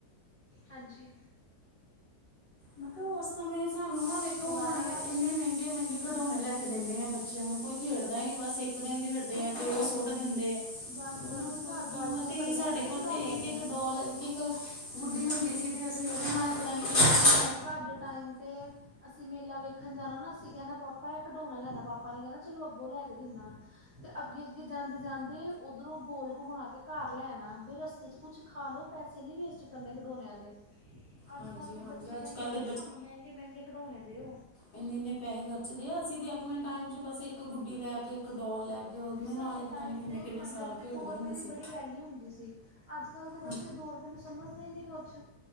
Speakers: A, on the right; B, on the left.
A: ਹਾਂਜੀ।
B: ਮੈਂ ਕੈ ਓਸ ਸਮੇਂ ਸਾਨੂੰ ਨਾ ਵੇਖੋ ਹੁਣ
A: ਆ ਰਹੀ ਆਵਾਜ਼
B: ਇੰਨੇ ਮੈੰਗੇ- ਮੈੰਗੇ ਖਿਡੌਣੇ ਲੈ ਕੇ ਦਿਣੇ ਆ। ਬੱਚਿਆਂ ਨੂੰ ਕੋਈ ਖੇਡਦਾ ਈ ਨੀ ਬਸ ਇੱਕ ਦਿਨ ਖੇਡਦੇ ਆ, ਤੇ ਓਹ ਸੋ ਤ ਦਿੰਦੇ ਐ।
A: ਬਸ
B: ਓਹਨਾਂ
A: ਬਸ
B: ਨੂੰ
A: ਜੀ
B: ਕੋਈ
A: ਘਰ
B: ਕੀਮਤ
A: ਬਾਲਟੀਆਂ
B: ਹੀ ਨੀ,
A: ਭਰੀਆਂ
B: ਸਾਡੇ
A: ਇਹਨਾਂ ਦੇ
B: ਕੋਲ
A: ਖਿਡੌਣਿਆਂ
B: ਤੇ ਇੱਕ-ਇੱਕ
A: ਦੀਆਂ
B: ਡੋਲ ਇੱਕ, ਗੁੱਡੀ ਹੁੰਦੀ ਸੀ ਤੇ ਅਸੀਂ ਓਹਦੇ ਨਾਲ ਹੀ ਪਤਾ ਨੀ ਕਿੰਨੇ-ਕਿੰਨੇ
A: ਸਾਡੇ ਟਾਈਮ ਤੇ ਅਸੀਂ ਮੇਲਾ ਵੇਖਣ ਜਾਣਾ ਨਾ, ਅਸੀਂ ਕੈਣਾ ਪਾਪਾ ਐ ਖਿਡੋਣਾ ਲੈਣਾ, ਪਾਪਾ ਨੇ ਕੈਣਾ ਚਲੋ ਅੱਗੋਂ ਲੈ ਕੇ ਦਿੱਨਾ। ਤੇ ਅੱਗੇ-ਅੱਗੇ ਜਾਂਦੇ-ਜਾਂਦੇ ਓਧਰੋਂ ਗੋਲ ਘੁੰਮਾ ਕੇ ਘਰ ਲੈ ਆਣਾ, ਵੀ ਰਸਤੇ ਚ' ਕੁੱਛ ਖਾ ਲੋ ਪੈਸੇ ਨੀ ਵੇਸਟ ਕਰਨੇ ਖਡੋਣੇਆ ਤੇ, ਅੱਜ-ਕੱਲ
B: ਹਾਂਜੀ
A: ਦੇ
B: ਹਾਂਜੀ
A: ਬੱਚ ਬੱਚੇ
B: ਅੱਜ
A: ਕੈੰਦੇ
B: ਕੱਲ
A: ਨੇ
B: ਦੇ
A: ਸਾਨੂੰ ਮੈੰਗੇ-ਮੈੰਗੇ ਖਡੋਣੇ ਦਿਓ।
B: ਏਨੇ-ਏਨੇ ਪੈਹੇ ਖਰਚਦੇ ਆ, ਅਸੀਂ ਤੇ ਅਪਣੇ ਟਾਈਮ ਚ ਬਸ ਏਕ ਗੁੱਡੀ ਲੈ ਕੇ, ਇੱਕ ਡੋਲ ਲੈ ਕੇ ਉਹਦੇ
A: ਸਾਡੇ
B: ਨਾਲ ਹੀ ਪਤਾ
A: ਟਾਈਮ
B: ਨਹੀਂ ਕਿੰਨੇ
A: ਤੇ
B: ਕਿੰਨੇ
A: ਪੰਜ
B: ਸਾਲ
A: ਰੁਪਏ
B: ਖੇਡਦੇ
A: ਦੋ ਰੁਪਏ
B: ਹੁੰਦੇ
A: ਦੀ
B: ਸੀ
A: ਬੜੀ ਵੈਲਿਊ ਹੁੰਦੀ ਸੀ। ਅੱਜ ਕੱਲ ਦੇ ਬੱਚੇ
B: ਹਾਂ
A: ਦੋ ਰੁਪਏ ਨੂੰ ਸਮਝਦੇ ਨਹੀਂ ਕੁਛ।